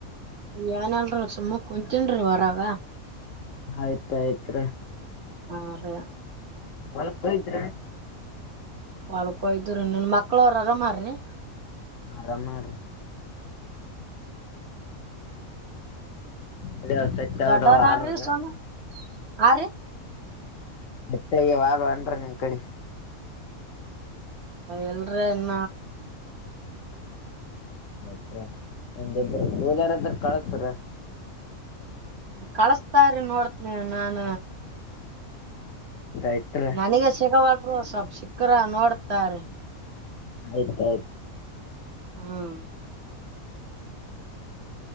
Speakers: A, on the right (about 55°); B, on the left (about 70°).
A: ಯಏನಲ್ರ ಸುಮ್ಮ ಕುಂತಿನ್ರು ವರಾಗ
B: ಆಯ್ತಾಯ್ತ್
A: ಹಾ ರೀ
B: ಮಲ್ಲ ಕೈ ದ
A: ಒಾಲ್ಕೋಯ್ದ್ರ ನಿನ್ ಮಕ್ಳ ಅವರು ಅರಾಮಾರ್ರೀ
B: ಆರಾಮಾರ ಅದೇ ಸಚ್ ಹಾವದ
A: ದೊಡ್ಡೋರಾರ್ರಿ
B: ಆದವ್ರ
A: ಸೋನು ಆ ರೀ?
B: ಮತ್ತ ವಾಗ ಅನ್ರ ನಿಮ್ ಕಡೆ
A: ಎಲ್ರ ಇನ್
B: ಹತ್ರ ಒಂದೆಬ್ರು ಗೋಲ್ ಯಾರಾದ್ರ ಕಳತ್ರ
A: ಕಳಸ್ತಾರೀ ನೋಡ್ತನಿ ನಾನ
B: ಆಯ್ತ್ರ
A: ನನಗ ಸಿಗವಾದರು ಸ್ವಲ್ಪ ಸಿಕ್ಕರ ನೋಡ್ತಾರೆ
B: ಆಯ್ತಾಯ್ತು
A: ಹ್ಮ